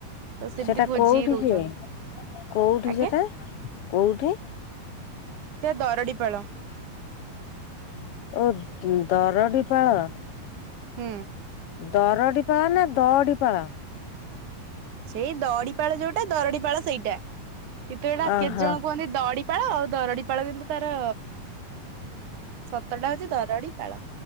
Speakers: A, on the right; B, on the left.
A: ତ ସେମିତି
B: ସେଟା
A: ଭୋଜି
B: କୋଉଠି
A: ଦଉଛନ୍ତି।
B: ସିଏ କୋଉଠି
A: ଆଜ୍ଞା
B: ସେଟା କୋଉଠି?
A: ସେ ଦରଡି ପାଳ।
B: ଓ ଦରଡି ପାଳ।
A: ହୁଁ।
B: ଦରଡି ପାଳ ନା ଦଡି ପାଳ?
A: ସେଇ ଦଡିପାଳ ଯଉଟା ଦରଡିପାଳ ସେଇଟା କିନ୍ତୁ ଏଇଟା
B: ଓହୋ
A: କେତେ ଜଣ କୁହନ୍ତି ଦଡି ପାଳ ଆଉ ଦରଡି ପାଳ କିନ୍ତୁ ତାର ସତ ଟା ହଉଚି ଦରଡି ପାଳ।